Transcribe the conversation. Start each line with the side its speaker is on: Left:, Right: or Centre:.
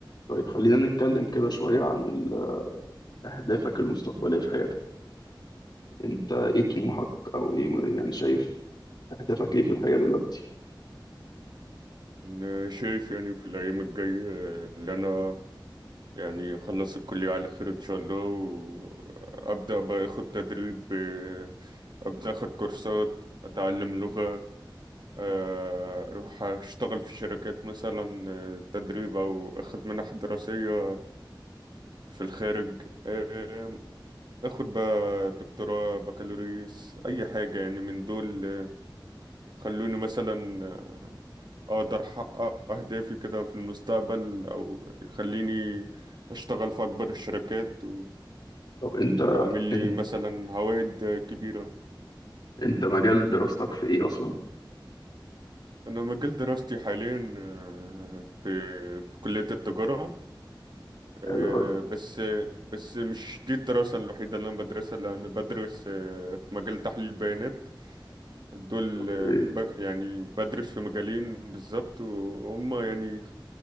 Left: طيب خلينا نتكلم كده شوية عن ال- أهدافك المستقبلية في حياتك أنت إيه طموحك أو إيه يعني شايف أهدافك إيه في الحياة دلوقتي
Right: أنا شايف يعني في الأيام الجاية اللي أنا يعني أخلص الكلية على خير إن شاء الله وأبدأ بقى أخد تدريب آه، أبدأ أخد كورسات أتعلم لغة آه، أروح أشتغل في شركات مثلا آه، تدريب أو أخد منح دراسية في الخارج آه، أخد بقى دكتوراه بكالوريوس أي حاجة يعني من دول خلوني مثلا آه، اقدر احقق اهدافي كده في المستقبل او يخليني اشتغل في اكبر الشركات
Left: طب أنت
Right: ويعمل لي
Left: أنت
Right: مثلا عوائد كبيرة
Left: أنت مجال دراستك في إيه أصلا
Right: انا مجال دراستي حاليا آه، في في كلية التجارة آه،
Left: حلو أوي
Right: بس بس مش دي الدراسة الوحيدة اللي انا بدرسها لأ، انا بدرس آه، في مجال تحليل البيانات دول
Left: أوكي
Right: آه، ب- يعني بدرس في مجالين بالظبط وهم يعني